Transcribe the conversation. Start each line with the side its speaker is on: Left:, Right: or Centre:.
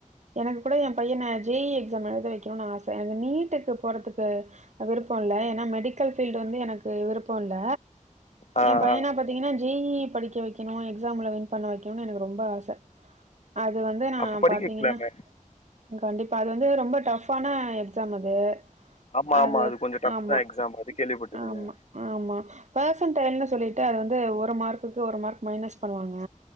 Right: எனக்கு கூட எ பையன ஜே இ எக்ஸாம் எழுத வைக்கணுனு ஆச எனக்கு நீட்டுக்கு போறதுக்கு விருப்போ இல்ல ஏன்னா மெடிக்கல் ஃபீல்டு வந்து எனக்கு விருப்போல்ல
Left: ஆ
Right: எ பையனா
Left: ஆ
Right: பாத்தீங்கன்னா ஜே இ படிக்க வைக்கணு எக்ஸாம்ல வின் பண்ண வைக்கணுனு எனக்கு ரொம்ப ஆச அது வந்து நா
Left: அப்ப படிக்க
Right: பாத்தீங்கன்னா
Left: வைக்கலாமே
Right: கண்டிப்பா அது வந்து ரொம்ப டஃப்பான எக்ஸாம் அது
Left: ஆமா
Right: அது
Left: ஆமா கொஞ்சோ டஃப்
Right: ஆமா
Left: தா எக்ஸாம் அது கேள்விப்பட்டிருக்கே
Right: ஆமா ஆமா ஃபர்சன்டைன் சொல்லிட்டு அது வந்து ஒரு மார்க்குக்கு ஒரு மார்க் மைனஸ் பண்ணுவாங்க